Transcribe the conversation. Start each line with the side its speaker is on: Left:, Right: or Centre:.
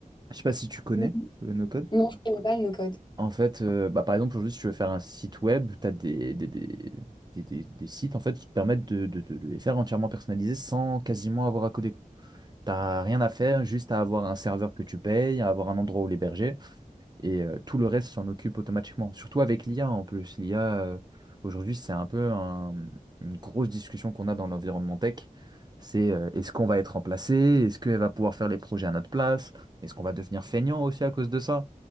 Right: je sais pas si tu connais
Left: Mhm.
Right: le no-code.
Left: Non, je connais pas le no-code.
Right: En fait, euh, bah, par exemple, aujourd'hui, si tu veux faire un site web, tu as des, des, des, des, des- des sites en fait, qui te permettent de, de, de les faire entièrement personnalisés sans quasiment avoir à coder. T'as rien à faire, juste à avoir un serveur que tu payes, à avoir un endroit où l'héberger, et euh, tout le reste s'en occupe automatiquement. Surtout avec l'IA en plus. L'IA, euh, aujourd'hui, c'est un peu un- une grosse discussion qu'on a dans l'environnement tech. C'est euh, est-ce qu'on va être remplacé? Est-ce qu'elle va pouvoir faire les projets à notre place? Est-ce qu'on va devenir feignant aussi à cause de ça?